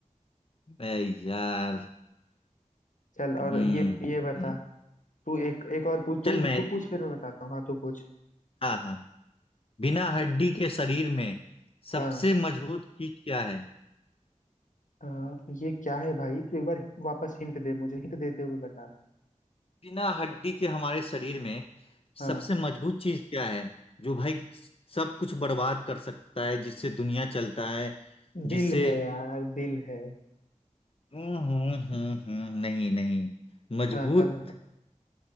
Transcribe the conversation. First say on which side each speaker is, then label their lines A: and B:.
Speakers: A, on the left; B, on the left.
A: आई यार
B: चल और
A: हम्म
B: ये ये बता
A: हम्म।
B: तू एक एक और पूछ तू
A: चल मैं
B: तू पूछ फिर मैं बताता हूँ हाँ तू पूछ
A: हाँ हाँ बिना हड्डी के शरीर में सबसे
B: हाँ
A: मजबूत चीज क्या है
B: हाँ, ये क्या है भाई तू एक बार वापस हिंट दे मुझे हिंट देते हुए बता
A: बिना हड्डी के हमारे शरीर में
B: हाँ
A: सबसे मजबूत चीज क्या है जो भाई सब कुछ बर्बाद कर सकता है जिससे दुनिया चलता है जिससे
B: दिल है यार दिल है
A: हम्म हम्म हम्म हम्म, नहीं नहीं मजबूत
B: हाँ तब